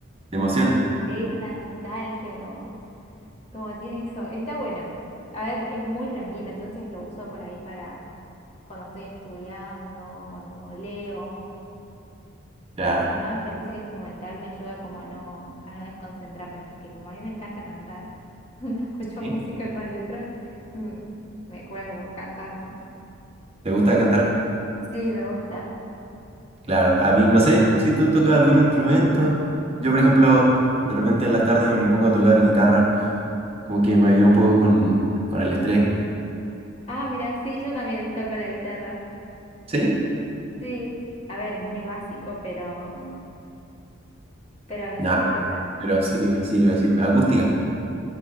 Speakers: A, on the right (about 30°); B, on the left (about 30°).
A: De emociones.
B: de tristeza, nostalgia, como, como tiene eso. Está buena. A ver, es muy tranquila, entonces lo uso por ahí para cuando estoy estudiando, cuando leo,
A: Claro.
B: que además la música instrumental me ayuda como a no, a no desconcentrarme, porque como a mí me encanta cantar, <laughs> cuando escucho
A: ¿Sí?
B: música con letras, mm, me cuelgo cantando.
A: ¿Te gusta cantar?
B: Sí, me gusta.
A: Claro. A mí, no sé si tú tocas algún instrumento. Yo, por ejemplo, de repente en las tardes me pongo a tocar guitarra. Como que me ayuda un poco con, con el estrés.
B: Ah, mira, sí, yo también toco la guitarra.
A: ¿Sí?
B: Sí, a ver, muy básico, pero, pero me
A: Nada,
B: sirve
A: pero sirve, sirve, sirve. Acústica.